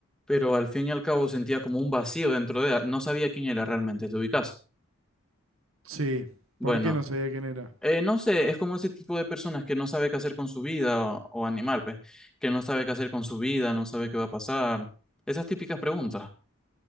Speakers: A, in the centre; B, on the right.
A: pero al fin y al cabo sentía como un vacío dentro de él. No sabía quién era realmente, ¿te ubicas?
B: Sí.
A: Bueno,
B: ¿Por qué no sabía quién era?
A: eh, no sé, es como ese tipo de personas que no sabe qué hacer con su vida o, o animal, pues, que no sabe qué hacer con su vida, no sabe qué va a pasar. Esas típicas preguntas.